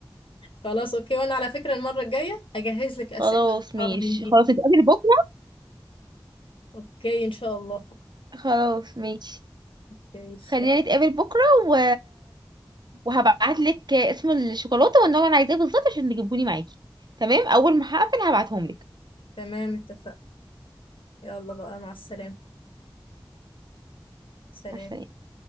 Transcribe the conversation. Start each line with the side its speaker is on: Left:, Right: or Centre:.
Left: خلاص اوكي وانا على فكرة المرة الجاية هجهز لك اسئلة
Right: خلاص ماشي
Left: صعبة من دي
Right: خلاص نتقابل بكره
Left: اوكي ان شاء الله
Right: خلاص ماشي
Left: اوكي
Right: خلينا
Left: يلا.
Right: نتقابل بكرة و... وهبعت لك اسم الشوكولاتة والنوع اللي انا عايزاه بالظبط عشان تجيبهوني معاكي تمام اول ما هقفل هبعتهم لك
Left: تمام اتفقنا يلا بقى مع السلامة سلام
Right: مع السلامة